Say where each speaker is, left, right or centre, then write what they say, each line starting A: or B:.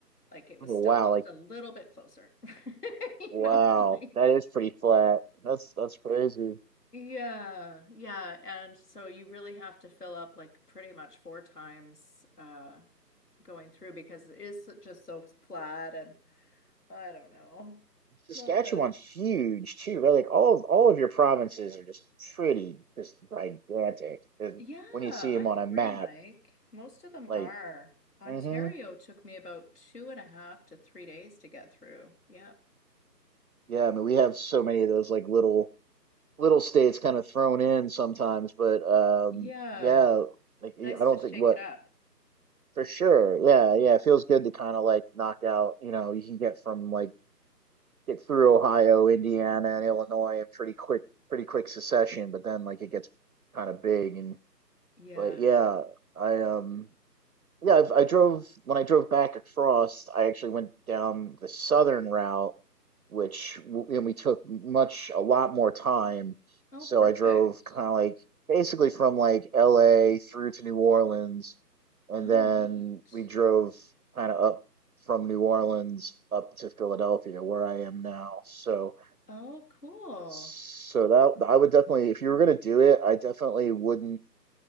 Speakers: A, on the left; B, on the right.
A: Like it was
B: Oh,
A: still
B: wow,
A: just
B: like
A: a little bit closer. <laughs> You
B: Wow,
A: know, like
B: that is pretty flat. That's that's crazy.
A: yeah, yeah. And so you really have to fill up like pretty much four times uh going through because it is just so flat and I don't know.
B: Saskatchewan's
A: Not the.
B: huge too, right? Like all of all of your provinces are just pretty, just gigantic. And
A: Yeah, I
B: when you see them on
A: agree,
B: a map,
A: Mike. Most of them
B: like,
A: are. Ontario
B: mm-hmm.
A: took me about two and a half to three days to get through. Yeah.
B: Yeah, I mean we have so many of those like little little states kind of thrown in sometimes, but um
A: Yeah.
B: yeah, like y-
A: Nice
B: I don't
A: to shake
B: think what
A: it up.
B: for sure. Yeah, yeah, it feels good to kind of like knock out, you know, you can get from like get through Ohio, Indiana, and Illinois in pretty quick, pretty quick succession. But then like it gets kind of big, and
A: Yeah.
B: but yeah, I um yeah I've, I drove when I drove back across. I actually went down the southern route, which w- and we took much a lot more time.
A: Oh,
B: So
A: perfect.
B: I drove kind of like basically from like L.A. through to New Orleans, and
A: Oh,
B: then
A: neat.
B: we drove kind of up from New Orleans up to Philadelphia, where I am now. So
A: Oh, cool.
B: so that I would definitely, if you were gonna do it, I definitely wouldn't.